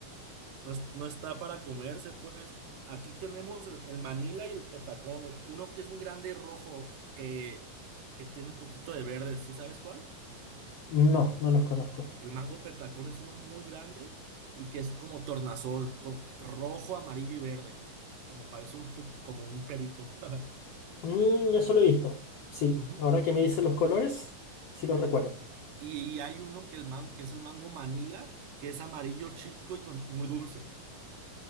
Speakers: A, on the right; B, on the left.
A: No, es- no está para comerse, pues. Aquí tenemos el, el Manila y el Petacón. el- Uno que es muy grande y rojo, que, que tiene un poquito de verde. ¿Sí sabes cuál?
B: No, no los conozco.
A: El mango Petacón es uno muy grande y que es como tornasol, co- rojo, amarillo y verde. Como parece un, tu- como un perico. <laughs>
B: Mm, eso lo he visto. Sí,
A: Ujú.
B: ahora que me dicen los colores, sí los recuerdo.
A: Eh, Y y hay uno que, el man, que es el mango Manila, que es amarillo chico y con, muy dulce.